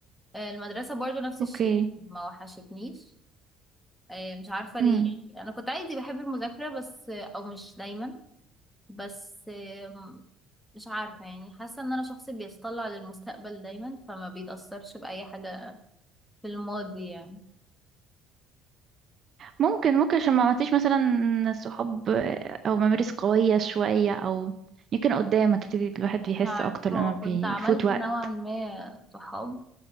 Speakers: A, in the centre; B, on the right.
A: آه، المدرسة برضو نفس
B: اوكي
A: الشيء ما وحشتنيش آه، مش عارفة
B: مم.
A: ليه يعني انا كنت عادي بحب المذاكرة بس آه، او مش دايما بس آم، مش عارفة يعني حاسة ان انا شخص بيتطلع للمستقبل دايما فما بيتأثرش بأي حاجة في الماضي يعني
B: ممكن ممكن عشان ما عملتيش مثلا صحاب آه، أو ممارس قوية شوية أو يمكن قدام هتبتدي الواحد بيحس
A: مش عارفة
B: أكتر
A: هو
B: لما بيفوت
A: كنت عملت
B: وقت
A: نوعا ما صحاب